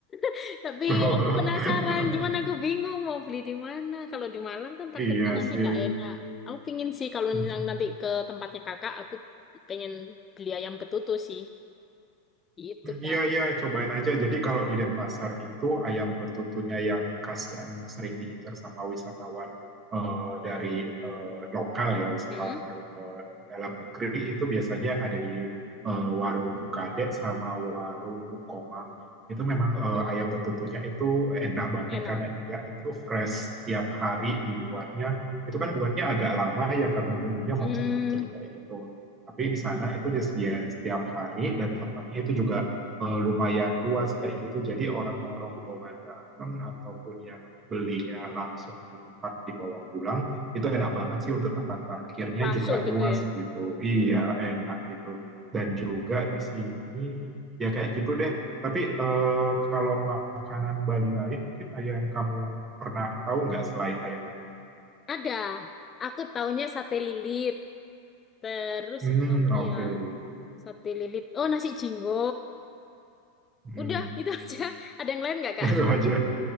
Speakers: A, on the left (about 25°); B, on the right (about 25°).
A: <laughs> tapi
B: <laughs>
A: aku penasaran. Cuman aku bingung mau beli di mana. Kalau di Malang kan takutnya
B: Iya
A: nanti
B: sih.
A: nggak enak. Aku pingin sih kalau
B: Mm-mm.
A: misalnya nanti ke tempatnya Kakak, aku pengen beli ayam betutu sih. Gitu, Kak.
B: Iya, iya, cobain aja. Jadi kalau di Denpasar itu ayam betutunya yang khas yang sering diincar sama wisatawan eh, dari eh, lokal ya, wisatawan
A: Hmm?
B: do- eh, dalam negeri itu biasanya ada di eh, warung Bu Kadek sama warung Bu Komang. Itu memang eh,
A: Hmm.
B: ayam betutunya itu enak banget
A: Enak.
B: karena dia itu fresh tiap hari dibuatnya. Itu kan buatnya agak lama ya karena bumbunya macam-macam
A: Hmm.
B: kayak gitu. Tapi di sana itu disediain setiap hari dan tempatnya itu juga eh, lumayan luas kayak gitu. Jadi orang mau rombongan datang ataupun yang belinya langsung di tempat dibawa pulang, itu enak banget sih untuk tempat parkirnya
A: Rasuk
B: juga
A: gitu
B: luas
A: ya.
B: gitu. Iya, enak gitu. Dan juga di sini ya kayak gitu deh. Tapi eh, kalau makanan Bali lain mungkin ayam kamu pernah tahu nggak selain ayam betutu?
A: Ada. Aku taunya sate lilit. Terus
B: Hmm,
A: apa lagi
B: oke.
A: ya?
B: Okay.
A: Sate lilit. Oh, nasi jinggo.
B: Hmm,
A: Udah, <laughs> itu aja. Ada yang lain nggak, Kak?
B: <laughs> itu aja.